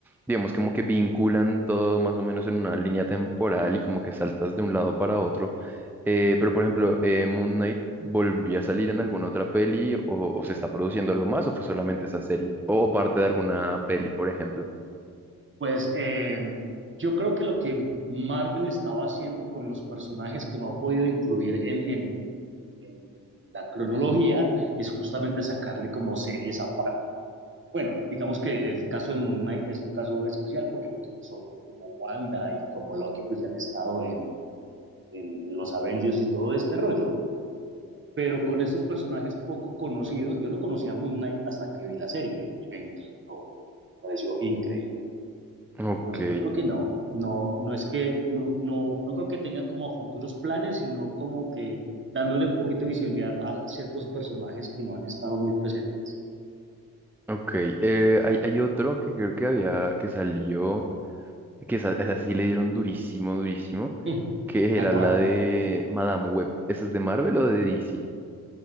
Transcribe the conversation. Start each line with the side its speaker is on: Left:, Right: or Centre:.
Centre: digamos, como que vinculan todo más o menos en una línea temporal y como que saltas de un lado para otro. Eh, pero, por ejemplo, eh, Moon Knight volvió a salir en alguna otra peli o, o se está produciendo algo más o fue solamente esa serie o, parte de alguna peli, por ejemplo.
Right: Pues eh, yo creo que lo que Marvel estaba haciendo con los personajes que no ha podido incluir en, en, en la cronología es justamente sacarle como series aparte Bueno, digamos que el caso de Moon Knight es un caso especial porque pues nosotros como Wanda y como Loki pues ya han estado en, en, en los Avengers y todo este rollo. Pero con estos personajes poco conocidos, yo no conocía a Moon Knight hasta que vi la serie y me encantó, pareció increíble.
Centre: Ok,
Right: Entonces yo creo que no, no, no es que, no, no, no creo que tengan como futuros planes, sino como que dándole un poquito de visibilidad a ciertos personajes que no han estado muy presentes.
Centre: ok. Eh, hay, hay otro que creo que había que salió. que esa, esa sí le dieron durísimo, durísimo,
Right: Hmm.
Centre: que
Right: ¿A
Centre: era
Right: cuál?
Centre: la de Madame Web. ¿Esa es de Marvel o de DC?